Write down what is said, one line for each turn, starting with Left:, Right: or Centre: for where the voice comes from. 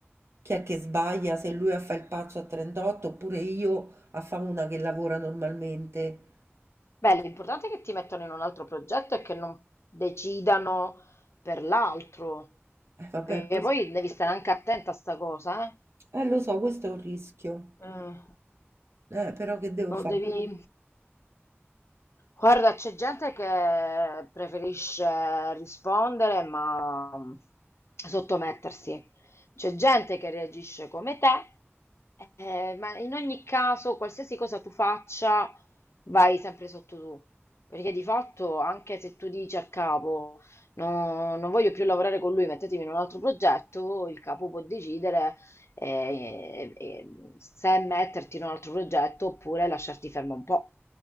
Right: chi è che sbaglia, se lui a fa il pazzo a 38 oppure io a fa una che lavora normalmente.
Left: Beh, l'importante è che ti mettano in un altro progetto e che non decidano per l'altro.
Right: Eh, vabbè,
Left: Perché
Right: questo-
Left: poi devi stare anche attenta a sta cosa, eh?
Right: eh, lo so, questo è un rischio,
Left: Mm.
Right: eh, però che devo
Left: Lo
Right: fare?
Left: Mm. devi... Guarda, c'è gente che preferisce rispondere ma mm, sottomettersi. C'è gente che reagisce come te, eh, ma in ogni caso, qualsiasi cosa tu faccia, vai sempre sotto tu. Perché di fatto, anche se tu dici al capo, "No, non voglio più lavorare con lui, mettetemi in un altro progetto, il capo può decidere eh, eh, se metterti in un altro progetto oppure lasciarti fermo un po'.